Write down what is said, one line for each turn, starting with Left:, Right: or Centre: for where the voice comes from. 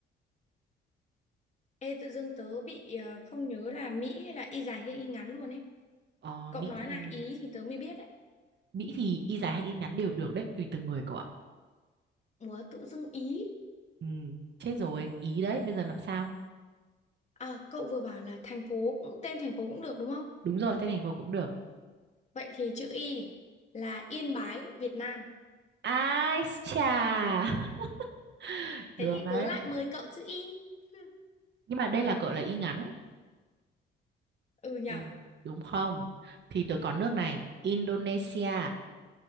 Left: ê tự dưng tớ bị ờ, không nhớ là Mỹ là y dài hay y ngắn luôn ấy
Right: Ờ,
Left: cậu
Right: Mỹ
Left: nói
Right: thì
Left: là Ý thì tớ mới biết đấy
Right: Mỹ thì y dài hay y ngắn đều được đấy, tùy từng người cậu ạ.
Left: Ủa tự dưng Ý
Right: Ừ, chết rồi, ý đấy, bây giờ làm sao?
Left: à cậu vừa bảo là thành phố cũng tên thành phố cũng được đúng không
Right: Đúng rồi, tên thành phố cũng được.
Left: vậy thì chữ Y là Yên Bái Việt Nam
Right: Ai chà, <laughs> được
Left: thế thì
Right: đấy.
Left: tớ lại mời cậu chữ Y <laughs>
Right: Nhưng mà đây là cậu là y ngắn.
Left: ừ nhở
Right: Ừ, đúng không? Thì tớ có nước này, Indonesia.